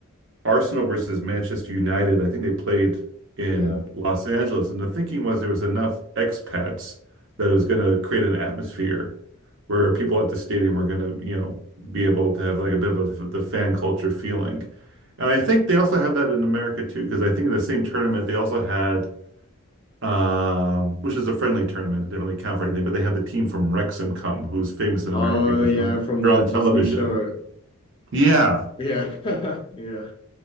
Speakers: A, on the right; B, on the left.
A: Arsenal versus Manchester United. I think they played in
B: Yeah.
A: Los Angeles, and the thinking was there was enough expats that it was going to create an atmosphere where people at the stadium were going to, you know, be able to have like a bit of a, the fan culture feeling. And I think they also have that in America too, because I think in the same tournament they also had, um, which is a friendly tournament. It didn't really count for anything, but they had the team from Wrexham come, who's famous in America
B: Oh,
A: because
B: yeah,
A: they're on
B: from
A: they're
B: the
A: on
B: Disney
A: television.
B: show.
A: Yeah.
B: Yeah. <laughs> Yeah.